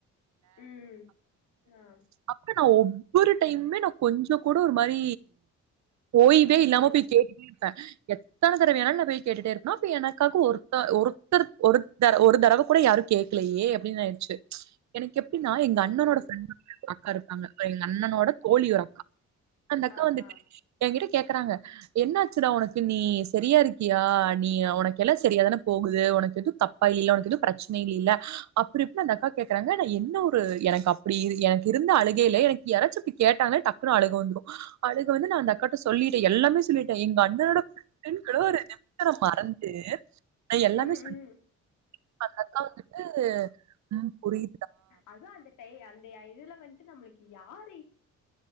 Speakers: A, on the left; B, on the right.
A: ம் ஆ
B: அப்ப நா ஒவ்வொரு டைமுமே நா கொஞ்ச இப்ப கூட ஒரு மாரி ஓய்வே
A: ம்
B: இல்லாம பேய் கேட்டுட்டே இருப்பே எத்தன தடவையானாலும் நான் போய் கேட்டுட்டே இருப்பே அப்ப எனக்காக ஒருத்த ஒருத்தர் ஒருத்தர ஒரு தடவ கூட யாரும் கேட்கலையே அப்படின்னு ஆயிடுச்சு எனக்கு எப்டினா எங்க
A: ம்
B: அண்ணனோட ஃப்ரெண்ட் <inaudible> அக்கா இருப்பாங்க அப்பறோ எங்க அண்ணனோட தோழி ஓட அக்கா அந் அக்கா
A: ஆ
B: வந்துட்டு
A: ஆ
B: என்கிட்ட கேக்கறாங்க என்னாச்சுடா உனக்கு நீ சரியா இருக்கியா நீ உனக்கெல்லா சரியாதானே போகுது உனக்கு எதுவு தப்பா இல்லஉனக்கு எதுவு பிரச்சனை இல் இல்ல அப்படி இப்படி அந்த அக்கா கேக்குறாங்க நா என்ன ஒரு எனக்கு அப்படி எனக்கு இருந்த அழுகைல எனக்கு யாராச்சு அப்படி கேட்டாங்கன்ன டக்குனு அழுக வந்துடு அழுக வந்து அந்த அக்காகிட்ட சொல்லிட்டே எல்லாமே சொல்லிட்ட எங்க அண்ணனோட ஃப்ரெண்ட்னு கூட ஒரு நிமிஷ மறந்து நா எல்லாமே
A: ம்
B: சொல்ட்ட
A: ம்
B: அந்த அக்கா வந்துட்டு உம் புரிய
A: அதுவு அந்த டை அந்தயய் இதுல வந்ட்டு நம்ளுக்கு யார்